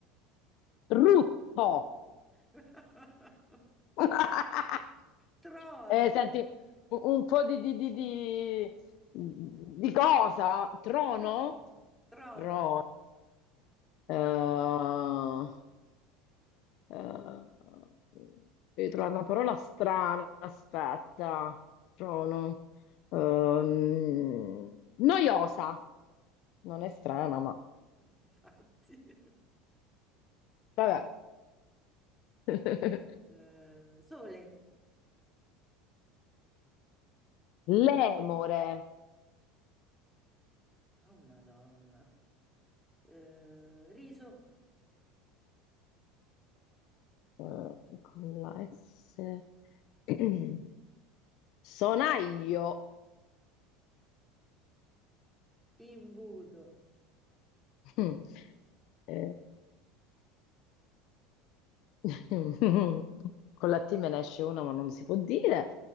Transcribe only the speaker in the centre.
<laughs>
trono,
trono, Trono.
infatti,
Eh, sole,
oh Madonna, Eh, riso,
imbuto,